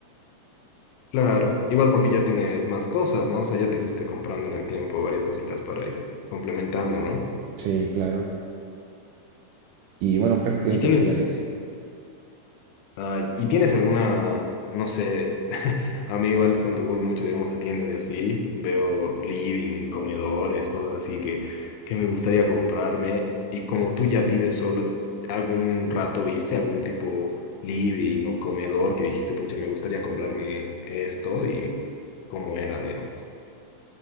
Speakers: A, on the left (about 80°); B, on the right (about 85°).
A: Claro, igual porque ya tienes más cosas, ¿no? O sea, ya te fuiste comprando en el tiempo varias cositas para ir complementando, ¿no?
B: Sí, claro. Y bueno, prácticamente
A: Y tienes,
B: sería eso.
A: Ah, ¿y tienes alguna, no sé, <laughs> a mí igual cuando voy mucho, digamos, a tiendas y así, veo living, comedores, cosas así que, que me gustaría comprarme. Y como tú ya vives solo, ¿algún rato viste algún tipo living o comedor que dijiste, pucha, me gustaría comprarme esto y cómo era, digamos?